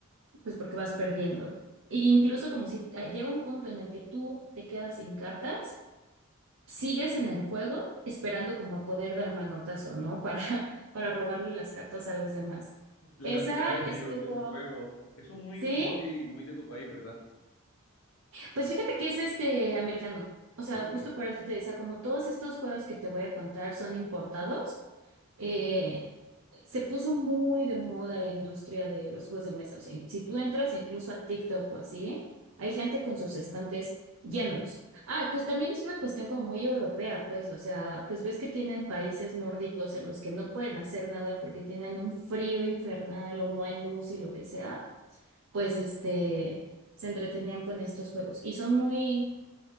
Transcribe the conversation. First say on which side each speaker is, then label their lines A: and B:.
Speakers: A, on the right; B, on the left.
A: pues porque vas perdiendo. E incluso como si ah, llega un punto en el que tú te quedas sin cartas, sigues en el juego esperando como a poder dar manotazo, ¿no? Para, <laughs> para robarle las cartas a los demás.
B: la
A: Esa
B: primera vez
A: estuvo,
B: que yo he oído ese juego. Eso es muy,
A: ¿sí?
B: muy, muy de tu país, ¿verdad?
A: Pues fíjate que es este americano. O sea,
B: Sí,
A: justo por eso te decía, como todos estos juegos que te voy a contar son importados, eh, se puso muy de moda la industria de los juegos de mesa. O sea, si tú entras incluso a TikTok o así, hay gente con sus estantes llenos. Ah, pues también es una cuestión como muy europea, pues, o sea, pues ves que tienen países nórdicos en los que no pueden hacer nada porque tienen un frío infernal o no hay luz y lo que sea pues este, se entretenían con estos juegos. Y son muy,